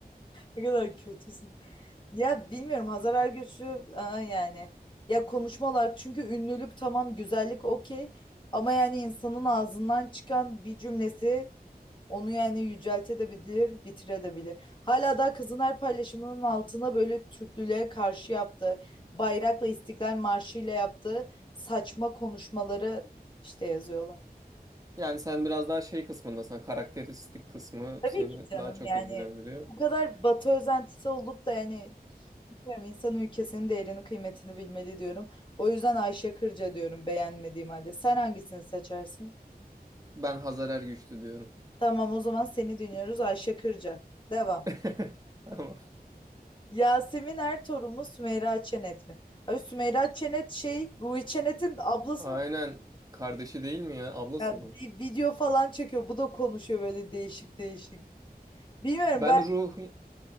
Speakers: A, on the left (about 30°); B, on the right (about 20°).
A: Ne kadar kötüsün. Ya bilmiyorum Hazar Ergüç'ü aa, yani. Ya konuşmalar çünkü ünlülük tamam güzellik okey. Ama yani insanın ağzından çıkan bir cümlesi onu yani yüceltebilir, bitirebilir. Hala daha kızın her paylaşımının altına böyle Türklülüğe karşı yaptığı, bayrakla İstiklal Marşı ile yaptığı saçma konuşmaları işte yazıyorlar.
B: Yani sen biraz daha şey kısmındasın. Karakteristik kısmı
A: Tabii
B: seni
A: ki canım
B: daha çok
A: yani
B: ilgilendiriyor.
A: bu kadar Batı özentisi olup da yani bilmiyorum insan ülkesinin değerini kıymetini bilmeli diyorum. O yüzden Ayşe Kırca diyorum beğenmediğim halde. Sen hangisini seçersin?
B: Ben Hazar Ergüçlü diyorum.
A: Tamam o zaman seni dinliyoruz Ayşe Kırca. Devam.
B: <laughs> Ama
A: Yasemin Ertuğrul mu Sümeyra Çenet mi? Abi Sümeyra Çenet şey Ruhi Çenet'in ablası
B: aynen
A: mı?
B: kardeşi değil mi ya? Ablası
A: Ya
B: mı?
A: bir video falan çekiyor. Bu da konuşuyor böyle değişik değişik. Bilmiyorum
B: Ben
A: ben
B: Ruhi